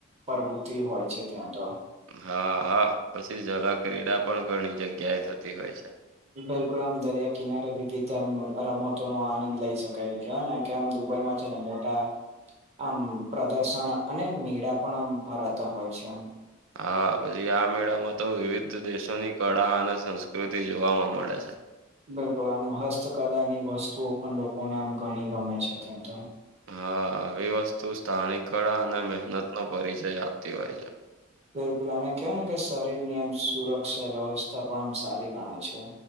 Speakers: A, on the right; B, on the right.
A: પ્રવૃતિ હોય છે ત્યાં તો.
B: હા હા પછી જ ક્રીડા પણ ઘણી જગ્યાએ થતી હોય છે.
A: બિલકુલ આમ દરિયા કિનારે વિવિધમ રમતો નો આનંદ લઇ શકાય કે ને કેમ દુબઈમાં છે ને મોટા આમ પ્રદર્શન અને મેળા પણ આમ ભરાતા હોય છે આમ.
B: હા પછી આ મેળામાં તો વિવિધ દેશોની કળા અને સંસ્કૃતિ જોવાવામાં મળે છે.
A: બિલકુલ આમ હસ્તકલા ની વસ્તુઓ પણ લોકોને આમ ઘણી ગમે છે ત્યાં તો.
B: હા આવી વસ્તુ સ્થાનિક કળા અને મહેનત નો પરિચય આપતી હોય છે.
A: બિલકુલ અને કેવાય ને કે શરીરની આમ સુરક્ષા વ્યવસ્થા પણ આમ સારી ગણાય છે.